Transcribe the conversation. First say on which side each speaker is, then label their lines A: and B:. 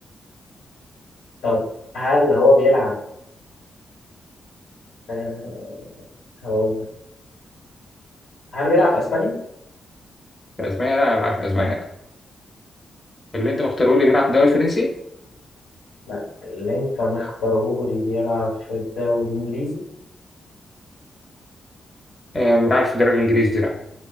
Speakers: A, on the left; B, on the left.
A: طب هل هو بيلعب آه هقول لك. هل بيلعب في اسبانيا؟
B: في أسبانيا؟ لا ما بيلعبش في أسبانيا لا اللي أنت مختاره لي بيلعب في الدوري الفرنسي؟
A: لا اللي انت مختارهولي بيلعب في الدوري الانجليزي
B: آه ما بيلعبش في الدوري الإنجليزي لا